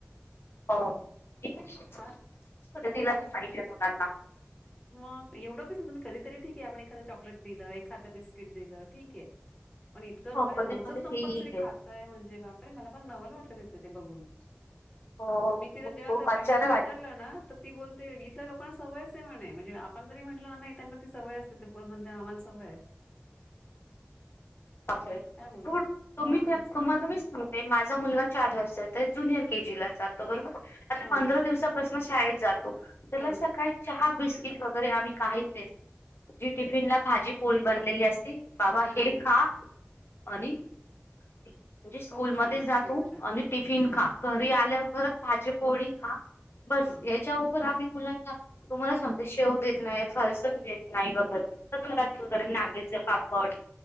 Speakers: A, on the left (about 60°); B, on the left (about 20°).
A: हो. <unintelligible>
B: फार
A: पाहिजे मुलांना.
B: मग एवढं कशाला तुम्ही कधीतरी ठीक आहे आपण एखाद चॉकलेट दिलं एखादं बिस्किट दिलं ठीके. पण इतकं
A: हो
B: म्हणजे
A: कधी
B: रोजच
A: मध्ये
B: कंपल्सरी
A: ठीक आहे
B: खाताय म्हणे बापरे मला फार नवल वाटलं तिथे ते बघून.
A: हो
B: मी तिला जेव्हा
A: खूप
B: त्या बहिणीला
A: आश्चर्य
B: विचारलं
A: वाट
B: ना तर ती बोलते इथल्या लोक आपण सवयचे म्हणे. म्हणजे आपण जरी म्हटल ना नाही त्यांना ती सवय असते म्हणजे आम्हाला सवय आहे.
A: र
B: काय बोल
A: तुम्ही
B: हो
A: तुम्हाला
B: ना
A: मी सांग ते माझा मुलगा चार वर्षचा जुनियर के जीला जातो बरोबर. आता
B: हा
A: पंधरा दिवसा पसन शाळेत जातो. त्याला
B: हा
A: सकाळी चहा. बिस्किट वगैरे आम्ही काहीच देत नई जी टिफिन ला भाजी पोळी बनलेली असती. बाबा
B: हा
A: हे खा. आणि म्हणजे स्कूलमध्ये
B: खूप छान
A: जातो
B: खूप छान
A: आणि टिफिन
B: हम्म
A: खा, तरी आल्या परत भाजीपोळी खा बस
B: हा
A: याच्या पण आम्ही मुलांना, तुम्हाला सांगते, शेव देत नाय, फरसाण देत नाय वगैरे, फक्त घरातले वगैरे नाचणीचे पापड